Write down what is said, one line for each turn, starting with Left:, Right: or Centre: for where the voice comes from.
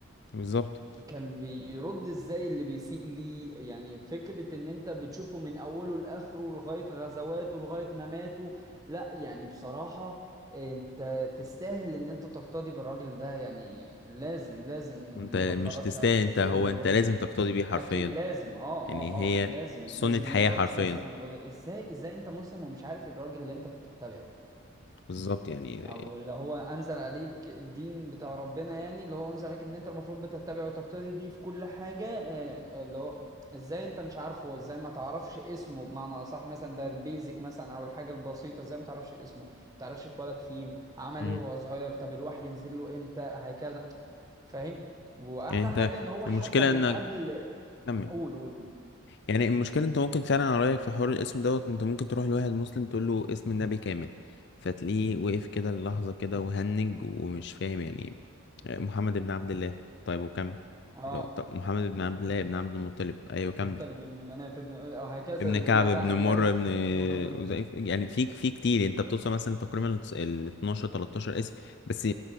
Left: بالظبط
Right: كان بيرد ازاي اللي بيسيء ليه يعني فكرة ان انت بتشوفه من اوله لاخره لغاية غزواته لغاية مماته لا يعني بصراحة انت تستاهل ان انت تقتدي بالراجل ده يعني لازم لازم اللي
Left: أنت
Right: ما اتفرجش
Left: مش تستاهل
Right: على السيرة
Left: أنت هو
Right: النبوية
Left: أنت لازم تقتدي بيه حرفيا
Right: اكيد لازم اه اه
Left: يعني هي
Right: اه لازم
Left: سنة
Right: لازم ان
Left: حياة
Right: انت
Left: حرفيا
Right: تسمع السلام انا بقول ازاي ازاي انت مسلم ومش عارف الراجل اللي انت بتتبعه
Left: بالظبط يعني
Right: او اللي هو انزل عليك الدين بتاع ربنا يعني اللي هو انزل عليك ان انت المفروض بتتبعه وتقتدي بيه في كل حاجة آه، آه، اللي هو ازاي انت مش عارفه ازاي ما تعرفش اسمه بمعنى اصح مثلا ده البيزك مثلا او الحاجة البسيطة ازاي ما تعرفش اسمه ما تعرفش اتولد فين عمل
Left: مم.
Right: ايه وهو صغير طب الوحي ينزل له امتى هكذا فاهم واحلى
Left: يعني أنت
Right: حاجة ان هو حتى
Left: المشكلة
Right: من
Left: إنك
Right: قبل
Left: كمل
Right: قول قول قول.
Left: يعني المشكلة انت ممكن فعلا على رأيك في حوار الاسم دوت انت ممكن تروح لواحد مسلم تقول له اسم النبي كامل فتلاقيه وقف كده اللحظة كده وهنج ومش فاهم يعني آه، محمد بن عبد الله طيب وكمل
Right: اه
Left: لا طب محمد بن عبد الله بن عبد المطلب ايوه كمل
Right: طالب ابن مناف ابن او هكذا
Left: ابن
Right: الى
Left: كعب ابن
Right: بعد
Left: مر
Right: يعني
Left: ابن
Right: منور
Left: وزي يعني في في كتير انت بتوصل مثلا تقريبا ال 12 13 اسم بس